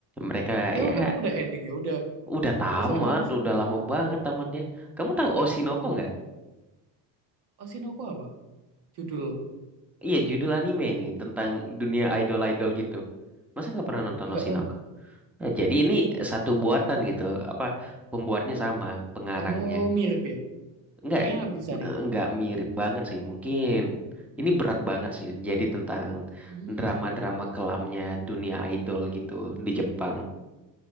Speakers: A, in the centre; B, on the right (about 60°).
A: Mereka
B: eh
A: ya
B: emang udah ending ya udah
A: udah tamat,
B: udah sampai mana sih
A: udah lama banget tamatnya. Kamu tahu Oshinoko nggak?
B: Oshinoko apa judul
A: Iya judul anime nih tentang dunia idol-idol gitu. Masa nggak pernah nonton
B: nggak
A: Oshinoko?
B: tahu
A: Eh, Jadi ini satu buatan gitu, apa pembuatnya sama, pengarangnya.
B: oh mirip ya
A: Enggak,
B: kayaknya bisa nih
A: enggak mirip banget sih. Mungkin ini berat banget sih. Jadi tentang
B: hmm,
A: drama-drama kelamnya dunia idol gitu di Jepang.